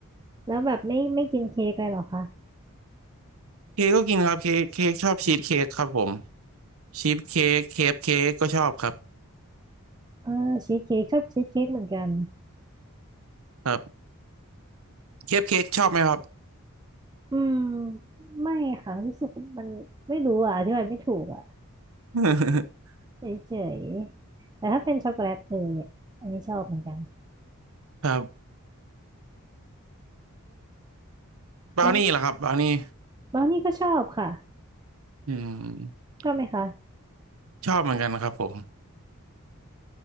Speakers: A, on the right (about 20°); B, on the right (about 70°).
A: แล้วแบบไม่ไม่กินเค้กเลยเหรอคะ
B: เค้กก็กินครับเค้กเค้กชอบชีสเค้กครับผมชีสเค้กเคฟเค้กก็ชอบครับ
A: เออชีสเค้กชอบชีสเค้กเหมือนกัน
B: ครับเคฟเค้กชอบไหมครับ
A: อืมไม่ค่ะรู้สึกมันไม่รู้อ่ะอธิบายไม่ถูกอ่ะ
B: <laughs>
A: เฉยๆแต่ถ้าเป็นช็อกโกแลตเออเนี่ยอันนี้ชอบเหมือนกัน
B: ครับบราวนี่เหรอครับบราวนี่
A: แล้วบราวนี่ก็ชอบค่ะ
B: อืม
A: ชอบไหมคะ
B: ชอบเหมือนกันครับผม